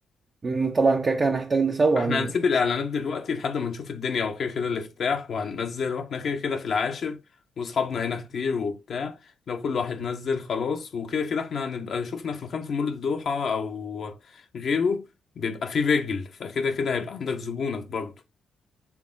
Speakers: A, on the right; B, on the left.
A: لأن طبعا كده كده هنحتاج نسوق
B: احنا
A: يعني بنحتاج
B: هنسيب الاعلانات دلوقتي لحد ما نشوف الدنيا وكده كده الافتتاح وهننزل واحنا كده كده في العاشر واصحابنا هنا كتير وبتاع لو كل واحد نزل خلاص وكده كده احنا هنبقى شفنا في مكان في مول الدوحة او غيره بيبقى فيه رجل فكده كده هيبقى عندك زبونك برضه